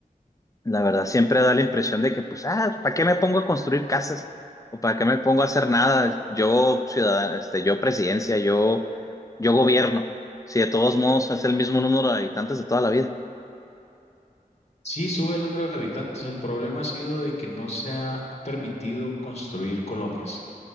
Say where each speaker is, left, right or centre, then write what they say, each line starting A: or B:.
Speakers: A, on the left; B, on the left.
A: la verdad, siempre da la impresión de que, pues, ah, ¿para qué me pongo a construir casas? ¿O para qué me pongo a hacer nada? Yo, ciudadano, este, yo presidencia, yo, yo gobierno. Si de todos modos es el mismo número de habitantes de toda la vida.
B: Sí, sube el número de habitantes. El problema ha sido de que no se ha permitido construir colonias.